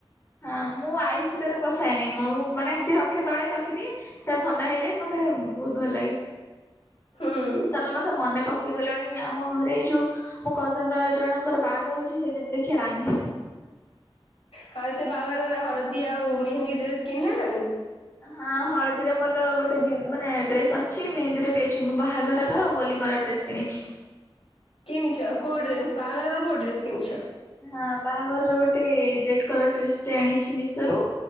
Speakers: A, on the left; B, on the left.
A: ହଁ ମୁଁ ଆଇସ୍ ଭିତରେ ପସାଏନି ମୁଁ ମାନେ ଏମିତି ରଖେ ତଳେ ରଖିଦିଏ। ତ ଥଣ୍ଡା ହେଇଯାଏ ମତେ ବହୁତ ଭଲ ଲାଗେ
B: ହୁଁ
A: ତମେ ମତେ ମନେ ପ କେଇଦେଲଣି ଆମ ଘରେ ଏଇ ଯୋଉ ମୋ କଜନ ର ଜଣଙ୍କର ବାଘର ଅଛି ସେଇଥିରେ ଦେଖିିବା ରାନ୍ଧିବି।
B: ହଁ ସେ ବାଘରରେ ହଳଦୀ ଆଉ ମେହେନ୍ଦୀ ଡ୍ରେସ କିଣି ଦେଲଣିି?
A: ହଁ ହଳଦୀରେ ମୋର ଗୋଟେ ଜିନ୍ ମାନେ ଡ୍ରେସ ଅଛି ମେହେନ୍ଦୀରେ ବି ଅଛି ମୁଁ ବାହାଘରର ଆଉ ଓଲିମାର ଡ୍ରେସ୍ କିଣିଛି।
B: କିଣିଚ କୋଉ ଡ୍ରେସ୍
A: ହଁ
B: ବାହାଘର କୋଉ ଡ୍ରେସ୍ କିଣିଛ।
A: ହଁ ବାହାଘର ର ଗୋଟେ ରେଡ୍ କଲର ଡ୍ରେସ ଟେ ଆଣିଛି ମିଶୋ ରୁ।